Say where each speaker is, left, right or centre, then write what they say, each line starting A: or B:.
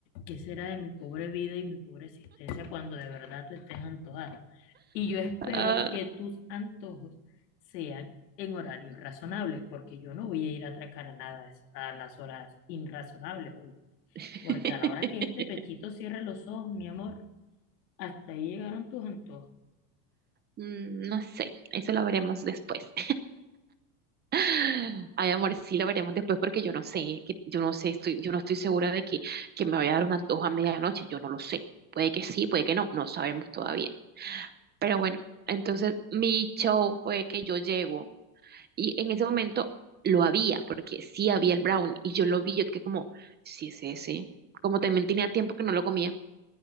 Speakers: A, on the left (about 80°); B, on the right (about 20°).
A: ¿qué será de mi pobre vida y mi pobre existencia cuando de verdad tú estés antojada? Y yo espero
B: ah.
A: que tus antojos sean en horarios razonables, porque yo no voy a ir a atracar a nada a las horas irrazonables hoy.
B: <laughs>
A: Porque a la hora que este pechito cierre los ojos, mi amor, hasta ahí llegaron tus antojos.
B: Mm, No sé, eso lo veremos después. <laughs> Ay, amor, sí lo veremos después porque yo no sé, que yo no sé, estoy, yo no estoy segura de que, que me vaya a dar un antojo a medianoche, yo no lo sé. Puede que sí, puede que no, no sabemos todavía. Pero bueno, entonces mi show fue que yo llego y en ese momento lo había, porque sí había el brown y yo lo vi, yo que como, sí es ese, como también tenía tiempo que no lo comía.